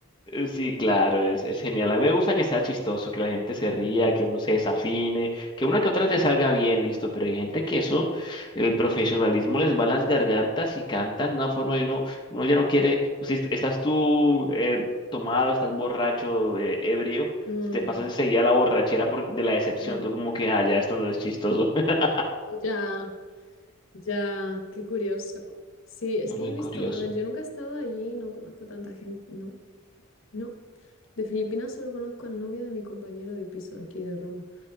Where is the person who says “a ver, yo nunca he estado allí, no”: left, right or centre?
Left